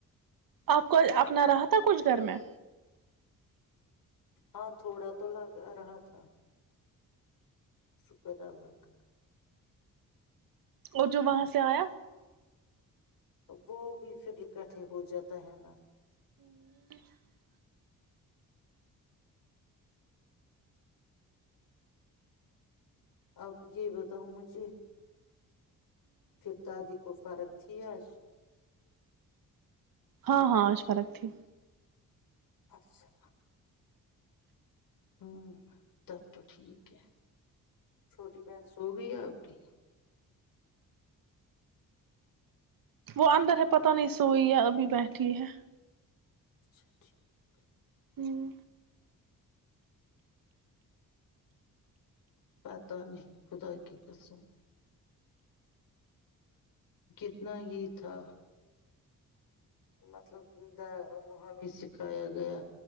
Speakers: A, on the right; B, on the left.
A: آپ کو اپنا رہا تھا کچھ گھر میں
B: ہاں تھوڑا تو لگا رہا تھا س کر ال الگہ
A: اور جو وہاں سے آیا
B: وہ بھی پھر اکٹھے ہو جاتا ہے نا
A: <inaudible>
B: آپ یہ بتاؤ مجھے پر دادی کو فرغ ا تھییاس
A: ہاں ہاں آج فرق تھی
B: اچھا ہ تب تو ٹھیک ہے چھوٹی بہن سو گئی ہے آپ کی
A: وہ اندر ہے پتہ نہیں سوئی ہے ابھی بیٹھی ہے
B: اچھا ٹھیک
A: ہوں
B: پتاہ نہیں خدا کی کرسوں کتنا یہ تھا مطلب د ہمیں سکھایا گیا